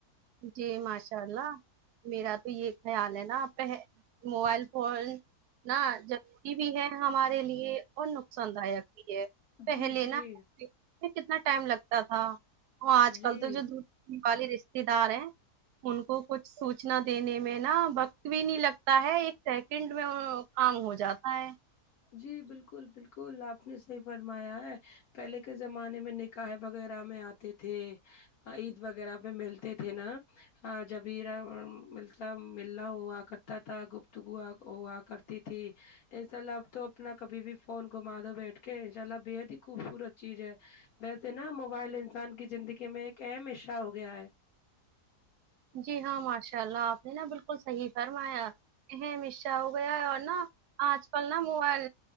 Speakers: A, on the right; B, on the left.
A: جی ماشاء اللہ میرا تو یے خیال ہے نا آپ پہے موبائل فون نہ ضروری بھی ہے ہمارے لیے اور نقصان دایک بھی ہے پہلے
B: جی جی
A: نہ کتنا ٹائم لگتا تھا وہ آج
B: جی
A: کل تو جو <unintelligible> والے رشتتے دار ہیں ان کو کچھ سوچنا دینے میں نہ وقت بھی نہیں لگتا ہے ایک سیکنڈ میں کام ہو جاتا ہے
B: جی بالکل بالکل آپ نے صحیح فرمایا ہے پہلے کے زمانے میں نکاح وغیرہ میں آتے تھے عید وغیرہ پے ملتے تھے نا ہاں جبیرا مطلب مل نہ ہوا کرتا تھا گفتگو ہوا کر تی تھی انشاء اللہ اب تو اپنا کبھی بھی فون گھما دو بیٹھکے انشاء اللہ بے حد ہی خوبصورت چیز ہے ویسے نا موبائل انسان کی زندگی میں ایک اہم حصہ ہو گیا ہے
A: جی ہاں ماشاء اللہ آپ نے نا بالکل صحیح فرمایا اہم حصہ ہو گیا ہے اور نا آج کل نا موبائل